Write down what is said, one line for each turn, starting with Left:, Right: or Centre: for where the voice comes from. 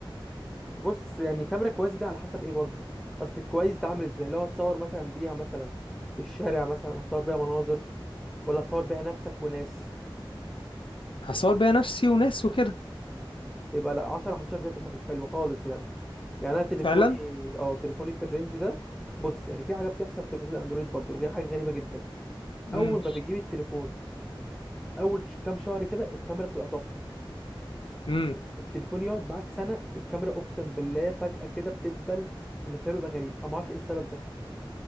Centre: بص يعني كاميرا كويس دي على حسب ايه برضو اصل الكويس ده عامل ازاي لو هتصور مثلا بيها مثلا الشارع مثلا هتصور بيها مناظر ولا هتصور بيها نفسك وناس
Left: هصور بيها نفسي وناس وكده
Centre: يبقى لا 10 11 ده تبقى مش حلوه خالص يعني يعني انا تليفوني
Left: فعلا
Centre: اه تليفوني في الرينج ده بص يعني في حاجه بتحصل في تليفونات الاندرويد برضو دي حاجه غريبه جدا
Left: امم
Centre: اول ما بتجيب التليفون اول ش- كام شهر كده الكاميرا بتبقى تحفه
Left: امم
Centre: التليفون يقعد معاك سنه الكاميرا اقسم بالله فجاه كده بتدبل وشكلها بيبقى غريب انا ما اعرفش ايه السبب ده